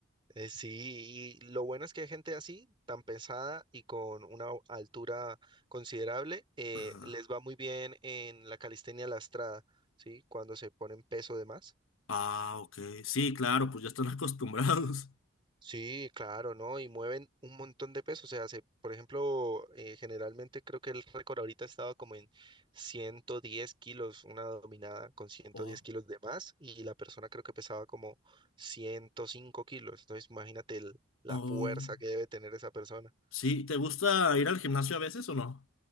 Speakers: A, on the right; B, on the left.
A: Eh, sí, y lo bueno es que hay gente así, tan pesada y con una o- altura considerable, eh,
B: Ajá.
A: les va muy bien en la calistenia lastrada, ¿sí? Cuando se ponen peso de más.
B: Ah, ok. Sí, claro, pues ya están <laughs> acostumbrados.
A: Sí, claro, ¿no? Y mueven un montón de peso. O sea, se, por ejemplo, eh, generalmente creo que el récord ahorita estaba como en 110 kilos, una dominada con 110
B: Oh,
A: kilos de más, y la persona creo que pesaba como 105 kilos. Entonces, imagínate el- la
B: oh.
A: fuerza que debe tener esa persona.
B: Sí, ¿te gusta ir al gimnasio a veces o no?